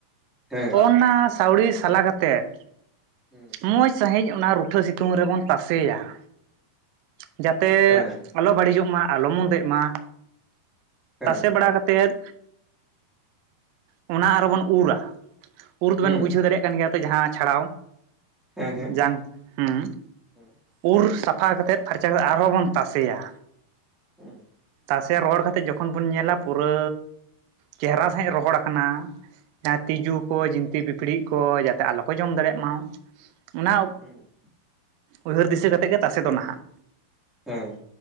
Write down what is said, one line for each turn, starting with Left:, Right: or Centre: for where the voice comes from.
Centre: ᱦᱮᱸ
Right: ᱚᱱᱟ ᱥᱟᱹᱣᱰᱤ ᱥᱟᱞᱟ ᱠᱟᱛᱮᱫ
Centre: ᱦᱩᱸ᱾
Right: ᱢᱚᱸᱡ ᱥᱟᱺᱦᱤᱡ ᱚᱱᱟ ᱨᱩᱴᱷᱟᱹ ᱥᱤᱛᱩᱝ ᱨᱮᱵᱚᱱ ᱛᱟᱥᱮᱭᱟ, ᱡᱟᱛᱮ
Centre: ᱦᱮᱸ
Right: ᱟᱞᱚ ᱵᱟᱹᱲᱤᱡᱚᱜᱼᱢᱟ ᱟᱞᱚ ᱢᱚᱱᱫᱮᱜᱼᱢᱟ
Centre: ᱦᱮᱸ
Right: ᱛᱟᱥᱮ ᱵᱟᱲᱟ ᱠᱟ ᱛᱮᱫ ᱚᱱᱟ ᱟᱨᱚ ᱵᱚᱱ ᱩᱨᱟ᱾ ᱩᱨ ᱫᱚᱵᱮᱱ
Centre: ᱦᱮᱸ
Right: ᱵᱩᱡᱷᱟᱹᱣ ᱫᱟᱲᱮᱭᱟᱜ ᱠᱟᱱ ᱜᱮᱭᱟ ᱛᱚ ᱡᱟᱦᱟᱸ ᱪᱷᱟᱲᱟᱣ
Centre: ᱦᱮᱸ
Right: ᱡᱟᱝ ᱦᱩᱸ
Centre: ᱦᱮᱸ
Right: ᱩᱨ ᱥᱟᱯᱷᱟ ᱠᱟ ᱠᱟᱛᱮᱫ ᱯᱷᱟᱨᱪᱟ ᱠᱟᱛᱮᱫ ᱟᱨᱦᱚᱸ ᱵᱚᱱ ᱛᱟᱥᱮᱭᱟ᱾
Centre: ᱦᱩᱸ᱾
Right: ᱛᱟᱥᱮ ᱨᱚᱦᱚᱲ ᱠᱛᱮᱜ ᱡᱚᱠᱷᱚᱱ ᱵᱚᱱ ᱧᱮᱞᱟ ᱯᱩᱨᱟᱹ ᱪᱮᱦᱨᱟ ᱥᱟᱦᱤᱡ ᱨᱚᱦᱚᱲ ᱠᱟᱱᱟ, ᱡᱟᱦᱟᱸ ᱛᱤᱡᱩ
Centre: ᱦᱮᱸ
Right: ᱠᱚ ᱡᱤᱱᱛᱤ ᱯᱤᱯᱲᱤ ᱠᱚ ᱡᱟᱛᱮ ᱟᱞᱚ ᱠᱚ ᱡᱚᱢ ᱫᱟᱲᱮᱭᱟᱜᱼᱢᱟ ᱚᱱᱟ
Centre: ᱦᱩᱸ
Right: ᱩᱭᱦᱟᱹᱨ ᱫᱤᱥᱟᱹ ᱠᱟᱛᱮᱜ ᱜᱮ ᱛᱟᱥᱮ ᱫᱚ ᱱᱟᱦᱟᱸᱜ᱾
Centre: ᱦᱮᱸ᱾